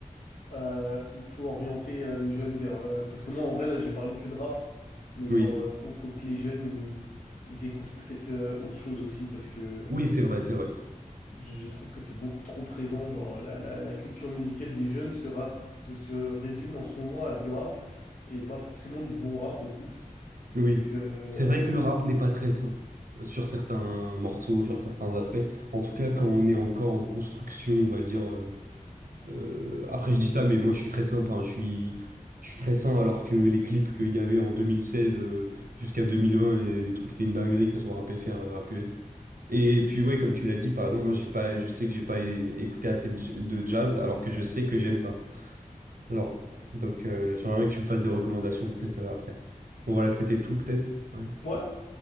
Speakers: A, on the left; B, on the right.
A: euh, il faut orienter euh, les jeunes vers, euh, parce que moi en vrai là j'ai parlé que de rap, mais
B: Oui,
A: genre euh, faut, faut que les jeunes ils, ils écoutent peut-être euh, autre chose aussi, parce que
B: oui, c'est vrai, c'est vrai.
A: je je trouve que c'est beaucoup trop présent. Genre la, la- la culture musicale des jeunes se, ra- se se résume en ce moment à du rap et pas forcément du bon rap en plus.
B: Oui,
A: Donc euh,
B: c'est vrai
A: voilà.
B: que le rap n'est pas très sain euh, sur certains morceaux, sur certains aspects. En tout cas, quand on est encore en construction, on va dire. euh, Euh, après, je dis ça, mais moi, je suis très sain. Enfin, je suis, je suis très sain alors que les clips qu'il y avait en 2016 euh, jusqu'à 2020 et les trucs, c'était une dinguerie, que ça soit rap FR, euh, rap US. Et puis, ouais, comme tu l'as dit, par exemple, moi, j'ai pas, je sais que j'ai pas é- écouté assez de j- de jazz alors que je sais que j'aime ça. Alors, donc, euh, j'aimerais que tu me fasses des recommandations peut-être euh, après. Bon, voilà, c'était tout peut-être. Ouais,
A: Ouais,